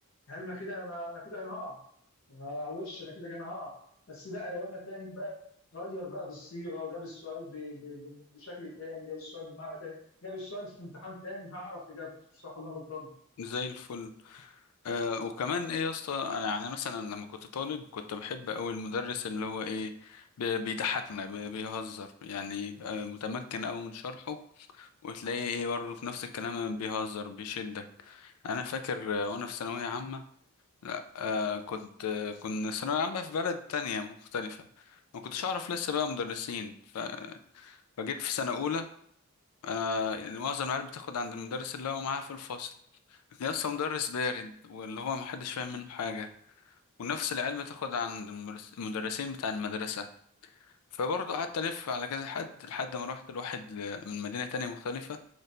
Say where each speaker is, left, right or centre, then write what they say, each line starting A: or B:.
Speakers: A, on the left; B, on the left.
A: هل ما كده انا انا كده انا هقع انا وش انا كده انا هقع بس لا لو انا فاهم بقى غير بقى في الصيغه جاب السؤال ب... ب... ب- بشكل تاني جاب السؤال بمعنى تاني جاب السؤال في امتحان تاني هعرف اجابته صح ولا غلطان
B: زي الفل آه وكمان ايه يا اسطى انا يعني مثلا لما كنت طالب كنت بحب اوي المدرس اللي هو ايه ب- بيضحكنا ب- بيهزر يعني يبقى متمكن اوي من شرحه وتلاقيه ايه برضه في نفس الكلام بيهزر بيشدك انا فاكر آه، وانا في ثانويه عامه لا آه كنت آه كنا ثانويه عامه في بلد تانية مختلفه ما كنتش اعرف لسه بقى مدرسين ف... فجيت في سنه اولى انا يعني معظم العيال بتاخد عند المدرس اللي هو معاها في الفصل لكن لسه مدرس بارد واللي هو محدش فاهم منه حاجه ونفس العيال بتاخد عند المدرس- المدرسين بتاع المدرسه فبرضه قعدت الف على كذا حد لحد ما روحت لواحد ل- من مدينه تانية مختلفه